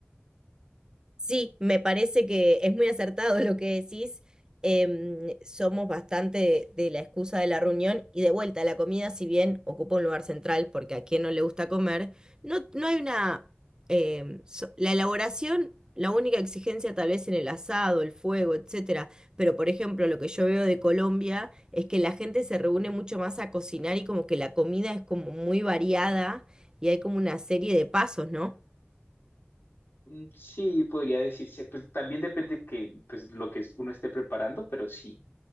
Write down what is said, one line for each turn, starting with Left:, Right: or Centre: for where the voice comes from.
Right: Sí, me parece que es muy acertado lo que decís. Em, somos bastante de, de la excusa de la reunión y de vuelta, la comida, si bien ocupa un lugar central, porque a quien no le gusta comer, no, no hay una... em, so- la elaboración, la única exigencia tal vez en el asado, el fuego, etcétera. Pero, por ejemplo, lo que yo veo de Colombia es que la gente se reúne mucho más a cocinar y como que la comida es como muy variada y hay como una serie de pasos, ¿no?
Left: Mm, Sí, podría decirse, pues también depende que pues lo que uno esté preparando, pero sí,